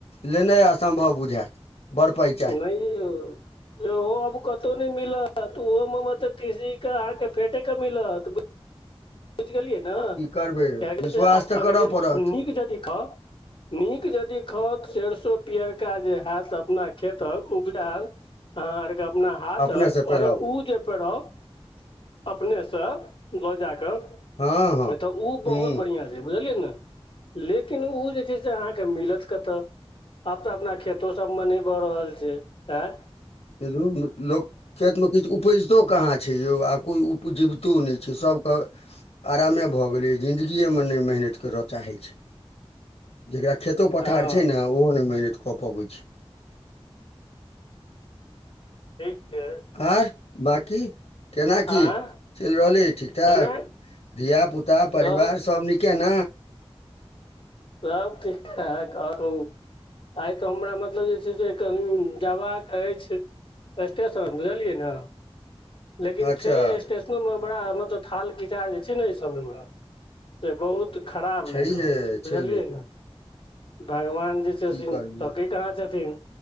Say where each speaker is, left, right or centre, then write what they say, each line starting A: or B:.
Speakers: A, on the left (about 90°); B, on the left (about 55°).
A: लेनाइ असम्भव बुझायत बड़ पैय
B: नय यउ ओहो आब कतौ नय मिलत ओहो मे मतलब तिसी के अहाँके फेँटेके मिलत बुईझ गेलियै न
A: की करबै
B: कियाकी
A: विश्वास तऽ
B: अगर
A: करय
B: यदि
A: पड़त
B: निक जदि खाउ निक जदि खाउ त सरसों पियरका जे हैत अपना खेतक उपजायल अहाँ आरके अपना हाथक
A: अपनेसँ पेराउ
B: अगर उ जे पेराउ अपने सँ लऽ जाकऽ
A: हँ हँ ह्म्म
B: तऽ ओ बहुत बढ़िआँ छै बुझलियै न लेकिन ऊ जे छै से अहाँके मिलत कतऽ आब तऽ अपना खेतो सभ मे नय भऽ रहल छै आंए
A: हेरू लोक खेत मे किछु उपज तो कहाँ छै यौ आब कोइ उपजेवितो नय छै सभकेँ आरामे भऽ गेलै जिन्दगिए मे नय मेहनतिश करय चाहै छै जेकरा खेतो पथार
B: हँ
A: छै ने ओहो ने मेहनत कऽ पबै छै
B: ठीक छै
A: आर बांकी केना कि
B: आँ
A: चलि रहलै ठीक ठाक
B: केना
A: धिया पुता
B: रहल
A: परिवार सभ नीके न
B: सब ठीक ठाक आओर कहू आइ तऽ हमरा मतलब जे छै से कहुं जबाक अछि स्टेशन बुझलियै न लेकिन
A: अच्छा
B: छै स्टेशनोमे बड़ा मतलब थाल खिचाह जे छै ने एहि सभ मे हमर से बहुत खराब
A: छैहे
B: लागि रहल छै
A: छैहे
B: बुझलियै ने भगवान जे छथिन
A: की करबै
B: तकै कहाँ छथिन